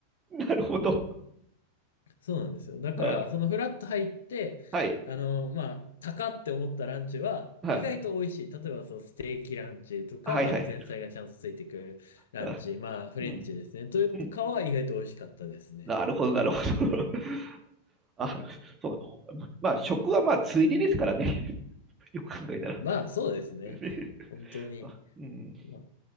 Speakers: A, on the right (about 20°); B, on the left (about 60°).
A: な <laughs> なるほど。
B: うん、そうなんですよ。だから、
A: あ
B: そのフラット入って、
A: はい。
B: あの、まあ、高って思ったランチは、
A: はい。
B: 意外と美味しい。例えば、そう、ステーキランチとか、
A: はいはい。
B: あの、前菜がちゃんとついてくるランチ、
A: あ
B: まあ、フレンチですね。
A: うん。
B: というかは意外と美味しかったですね。
A: うん。なるほど、なるほど。<laughs> あ、そう。まあ、食はまあ、ついでですからね。<laughs> よく考えたら。
B: まあ、
A: <laughs>
B: そうですね。
A: ね
B: 本当に。
A: あ、うん。
B: まあ、